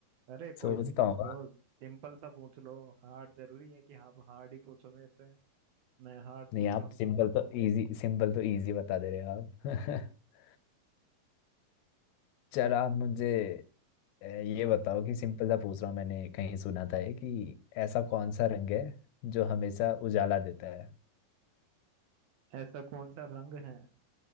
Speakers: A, on the right; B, on the left.
A: अरे कोई
B: सोचता
A: भी पूछ
B: हूँ
A: लो सिंपल सा पूछ लो हार्ड जरूरी है कि आप हार्ड ही पूछो मेरे से मैं हार्ड
B: नहीं
A: पूछ
B: आप
A: रहा हूँ
B: सिंपल
A: तो
B: तो इजी सिंपल तो इजी बता दे रहे हो आप <laughs> चलो आप मुझे अ, ये
A: <laughs>
B: बताओ कि सिंपल सा पूछ रहा हूँ मैंने कहीं सुना था ये कि ऐसा कौन सा रंग है जो हमेशा उजाला देता है
A: ऐसा कौन सा रंग है